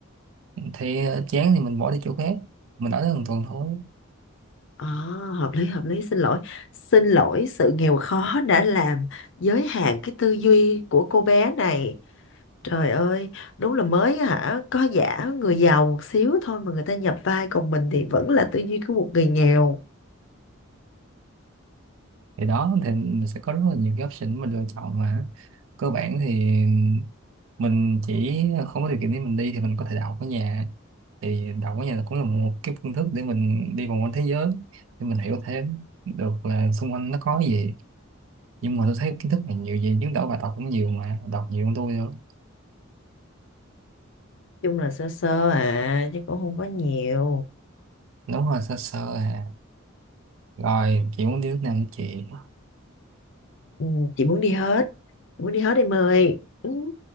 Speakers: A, on the right; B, on the left.
A: thấy chán thì mình bỏ đi chỗ khác mình ở đó một tuần thôi
B: À, hợp lý hợp lý xin lỗi xin lỗi sự nghèo khó đã làm giới hạn cái tư duy của cô bé này trời ơi đúng là mới hả có giả người giàu một xíu thôi mà người ta nhập vai còn mình thì vẫn là tư duy của một người nghèo
A: thì đó thì mình sẽ có rất là nhiều cái option mình lựa chọn mà cơ bản thì mình chỉ không có điều kiện để mình đi thì mình có thể đậu ở nhà thì đậu ở nhà là cũng là một cái phương thức để mình đi vòng quanh thế giới để mình hiểu thêm được là xung quanh nó có gì nhưng mà tôi thấy kiến thức là nhiều gì chứ đậu bài tập cũng nhiều mà đọc nhiều hơn tôi nữa
B: chung là sơ sơ à chứ cũng không có nhiều
A: đúng rồi sơ sơ à rồi chị muốn đi nước nào nữa chị
B: ừ, chị muốn đi hết muốn đi hết em ơi ừ,